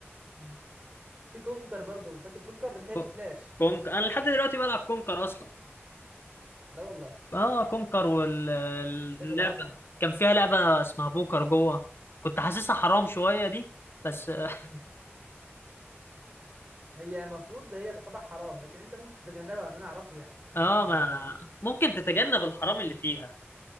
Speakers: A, on the right (about 30°); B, on the left (about 55°).
A: مم. في كونكر برضو فاكر كونكر ده ما كانتش
B: كو-
A: فلاش
B: كونك انا لحد دلوقتي بلعب كونكر اصلا
A: لا والله
B: اه كونكر واللعبه
A: اللعبه دي عظمه
B: كان فيها لعبه اسمها بوكر جوه كنت حاسسها حرام شويه دي بس <laughs>
A: مم. هي مفروض ده هي تعتبر حرام لكن انت ممكن تتجنبها ان انا اعرفه يعني انت
B: اه
A: ممكن ما
B: ما
A: تلعبهاش
B: ممكن تتجنب الحرام اللي فيها